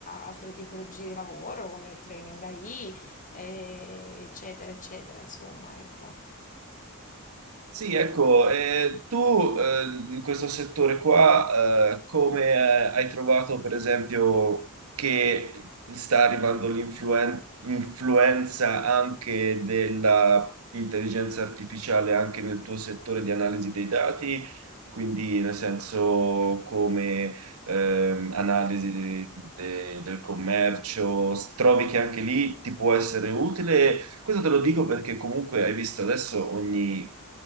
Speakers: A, on the left; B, on the right.
A: altre tipologie di lavoro come training AI eh, eccetera eccetera insomma ecco
B: Sì, ecco, eh, tu eh, in questo settore qua, eh, come eh, hai trovato per esempio che sta arrivando l'influenza anche dell'intelligenza artificiale anche nel tuo settore di analisi dei dati? Quindi nel senso come ehm, analisi de- del commercio, trovi che anche lì ti può essere utile questo te lo dico perché comunque hai visto adesso ogni,